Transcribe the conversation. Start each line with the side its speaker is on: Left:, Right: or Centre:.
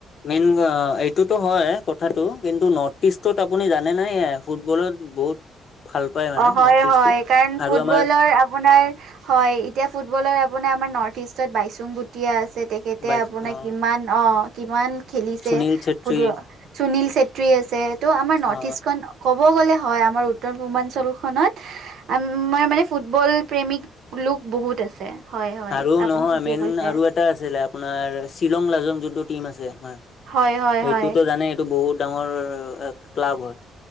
Left: মেইন এইটোতো হয় কথাটো কিন্তু, নৰ্থ ইষ্টত আপুনি জানে নাই? ফুটবলত বহুত ভাল পায় মানে
Right: অ হয়
Left: নৰ্থ ইষ্টটো
Right: হয় কাৰণ
Left: আৰু
Right: ফুটবলৰ
Left: আমাৰ
Right: আপোনাৰ হয় এতিয়া ফুটবলত আপোনাৰ আমাৰ নৰ্থ ইষ্টত বাইচুং বুটিয় আছে তেখেতে
Left: বাইছ
Right: আপোনাৰ
Left: অ'
Right: কিমান অ কিমান খেলিছে,
Left: সুনীল চেত্ৰী
Right: ফুটবল সুনীল চেত্ৰী আছে ত' আমাৰ নৰ্থ
Left: অ',
Right: ইষ্টখন ক'ব গ'লে হয় আমাৰ উত্তৰ পূৰ্বাঞ্চল খনত আমাৰ মানে ফুটবল প্ৰেমিক লোক বহুত আছে। হয় হয়।
Left: আৰু
Right: আপুনি
Left: নহয়
Right: ঠিকেই
Left: মেইন
Right: কৈছে।
Left: আৰু আছিলে আপোনাৰ শ্বিলং লাজং যোনটো টিম আছে, আমাৰ
Right: হয় হয়
Left: সেইটোতো
Right: হয়
Left: জানে টো বহুত ডাঙৰ ক্লাব হয়,